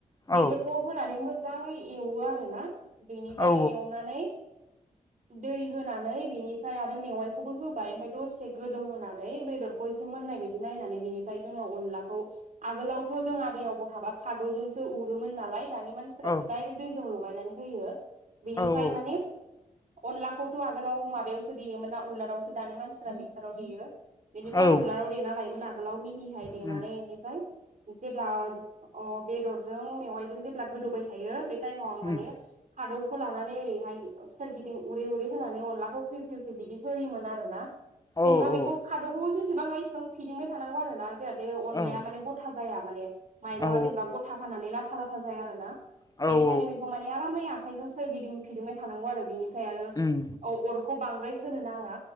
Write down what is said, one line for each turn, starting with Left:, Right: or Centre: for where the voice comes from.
Left: औ
Right: बेफोरखौ होनानै मोजाङै एवो आरो ना। बेनिफ्राय
Left: औ
Right: एवनानै दै होनानै बेनिफ्राय आरो मेवाइखौबो होबाय ओमफ्राय दसे गोदौ होनानै बेदरखौ एसे मोन नाय ब नायनानैनि ज अखौ आमोलाव खथ' जों आबै आबौ थाबा खादौजोंसो उरोमोन नालाय दानि मानसिफोरासो
Left: औ
Right: दडाइरेक्ट दैजों लगाय। बिनिफ्राय
Left: औ औ
Right: म अनलाखौथ' आगोलाव माबायावसो देयोमोन ना उलारावसो दानि मानसिफ्रा मिक्साराव देयो। बेनिफ्राय
Left: औ
Right: आं उलाराव देना लायोमोन आगोलाव मिहिहाय देनानै
Left: उम
Right: बेनिफ्राय। जेब्ला अ बेदरजों मेवाइजों जेब्ला गोदौबाय थायो बे मं
Left: उम
Right: माने खाद खौखौ लानानै ओरैहाय सोरगिदिं उरै उरै होनानै अनलाखौ फ्रि फ फ्रि बिदि होयोमोन आरो ना।
Left: औ
Right: जेनेबा बेखौ
Left: औ
Right: खादबखौ जेसेबां हायसेबां फिदिंबाय थानांगौ आरो ना जाहाथे अनलाया
Left: औ
Right: माने‌। जाया माने माइरंा
Left: औ
Right: जेनेबा गथा खानानै लाथा लाथा जाया आरो ना।
Left: औ
Right: बेनिखायनो
Left: औ
Right: बेखौ माने आरामै आखाइजों सोरगिदिं फिदिुंबाय थानांगौ आरो बिनि आरो
Left: उम
Right: अरखौ बांद्राय होनो नाङा